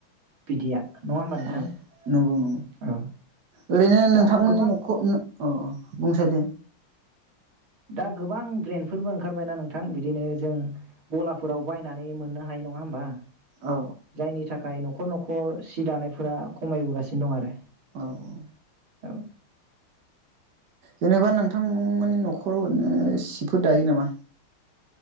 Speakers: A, on the right; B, on the right.
A: बिदिया। नङा होमबा नोंथां
B: औ नंगौ नंगौ
A: औ
B: ओरैनो नोंथांमोननि
A: दा गोबां
B: न'खो न अ बुंसाय दे।
A: दा गोबां ब्रेनडफोरबो ओंखारबायना नोंथां बिदिनो जों गलाफोराव बायनानै मोननो हायो नङा होमबा
B: औ
A: जायनि थाखाय न खर न'खर सि दानायफोरा खमायबोगासिनो दं आरो
B: औ औ।
A: औ
B: जेनेबा नोंथां मोननि न'खराव ओरैनो सिफोर दायो नामा?